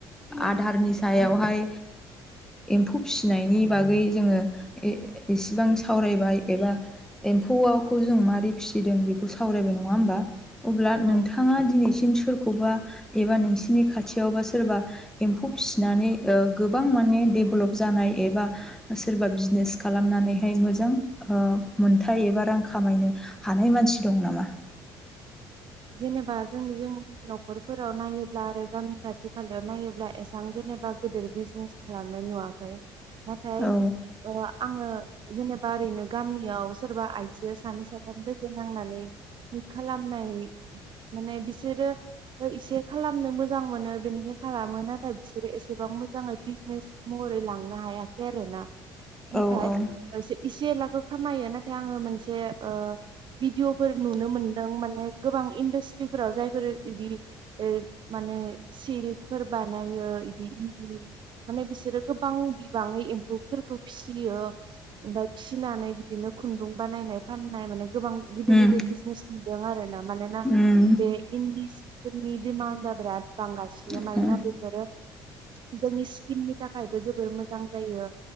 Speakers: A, in the centre; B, on the right.
A: आदारनि सायावहाय एम्फौ फिसिनायनि बागै जोङो इसेबां सावरायबाय एबा एम्फौखौ जों माबारै फिसिदों बेखौ सावरायबाय नङा होमबा? अब्ला नोंथाङा
B: औ
A: दिनैसिम सोरखौबा एबा नोंसिनि खाथियावबा सोरबा एम्फौ फिसिनानै गोबां माने डेभेलप जानाय एबा सोरबा बिजनेस खालाम खालामनानैहाय मोजां ओ मोनथाय एबा रां खामायनो हानाय मानसि दं नामा? <inaudible>
B: जेनेबा जों जोंनि न'खरफोराव नायोब्ला आरो गामि खाथि खालायाव नायोब्ला एसां जेनेबा बा गिदिर बिजनेस खालामनाय नुवाखै । नाथाय
A: औ
B: ओ आंङो जेनेबा ओरैनो गामियाव सोरबा आइजो सानै साथाम लोगो नांनानै खालामनाय माने बिसोरो इसे खालामनो मोजां मोनो बेनिखाय खालामो नाथाय बिसोरो एसेबां मोजाङै बिजनेस महरै लांनो हायाखै आरोना नाथाय
A: औ औ
B: इसे एलाबो खामायो नाथाय आंङो मोनसे ओ भिडिअफोर नुनो मोनदों माने गोबां इन्डास्ट्रिफोराव जायफोर बिदि माने सिल्पफोर बानायो बिदि माने बिसोरो गोबां बिबाङै एम्फौफोरखौ फिसियो ओमफ्राय फिसिनानै बिदिनो खुन्दुं बानायनाय फाननाय माने गोबां गिदिर
A: उम
B: गिदिर बिजनेस नुदों आरोना मानोना
A: उम
B: बे सिफोरनि <unintelligible> बिराद बांगासिनो
A: उम
B: मानोना बेफोरो जोंनि स्किननि थाखायबो जोबोर मोजां जायो